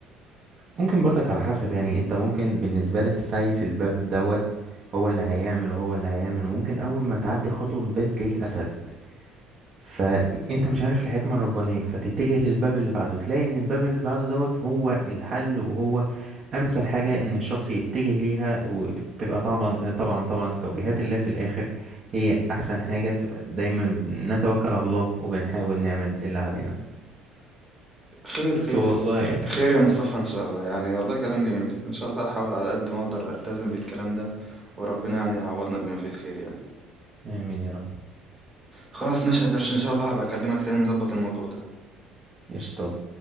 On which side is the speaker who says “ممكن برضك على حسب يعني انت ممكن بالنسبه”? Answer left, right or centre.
Right